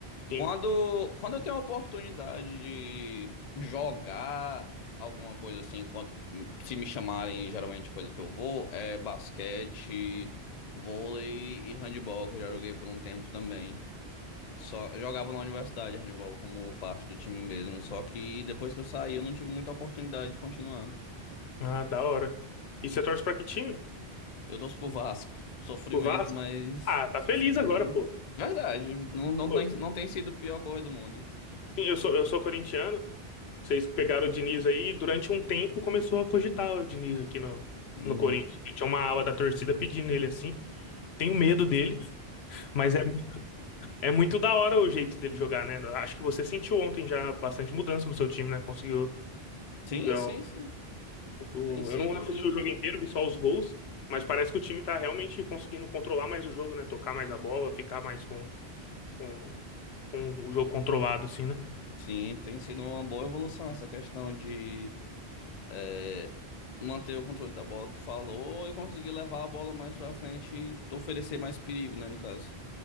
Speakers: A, on the left (about 80°); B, on the left (about 50°).
A: Sim.
B: Quando, quando eu tenho a oportunidade de jogar alguma coisa assim, quando se me chamarem, geralmente coisas que eu vou, é basquete, vôlei e handebol, que eu já joguei por um tempo também. Só, eu jogava na universidade handebol como parte do time mesmo, só que depois que eu saí eu não tive muita oportunidade de continuar.
A: Ah, da hora. E você torce pra que time?
B: Eu torço pro Vasco, sofrimento,
A: O Vasco?
B: mas
A: Ah,
B: a
A: tá
B: pessoa
A: feliz
B: se vira.
A: agora, pô.
B: Verdade, não, não
A: Pô,
B: tem, não tem sido a pior coisa do mundo.
A: sim, eu sou, eu sou corintiano. Vocês pegaram o Diniz aí e durante um tempo começou a cogitar o Diniz aqui no,
B: Uhum.
A: no Corinthians. Tinha uma ala da torcida pedindo ele assim. Tenho medo dele, mas é, é muito da hora o jeito dele jogar, né? Acho que você sentiu ontem já bastante mudança no seu time, né? Conseguiu.
B: Sim,
A: ver
B: sim, sim.
A: O-
B: Tem sido,
A: Eu não assisti o jogo inteiro, vi só os gols, mas parece que o time tá realmente conseguindo controlar mais o jogo, né? Tocar mais a bola, ficar mais com, com, com o jogo controlado, assim, né?
B: sim, tem sido uma boa evolução essa questão de é, manter o controle da bola, tu falou, e conseguir levar a bola mais pra frente e oferecer mais perigo, né, no caso.